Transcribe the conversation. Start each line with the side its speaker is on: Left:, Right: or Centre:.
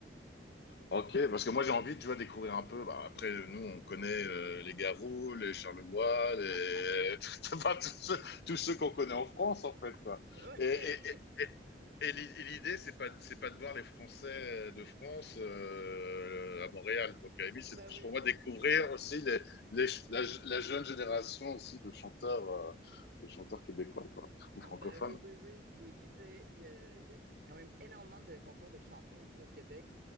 Left: Ok, parce que moi j'ai envie, tu vois, de découvrir un peu. Bah, après, nous, on connaît euh, les Garous, les Charlevoix,
Right: <laughs>
Left: les... <laughs> enfin, tous ceux, tous ceux qu'on connaît en France, en fait, quoi.
Right: Ouais,
Left: Et, et,
Right: oui, oui.
Left: Et l'idée, c'est pas, c'est pas de voir les Français euh, de France euh, à Montréal. Donc, à
Right: Ben
Left: c'est plus
Right: oui.
Left: pour moi découvrir aussi les, les, la, la jeune génération aussi de chanteurs, euh, de chanteurs québécois, quoi, ou
Right: Ah,
Left: francophones.
Right: Bah oui, oui, oui. Puis, puis tu sais, il y a, il y a quand même énormément de concours de chansons ici au Québec.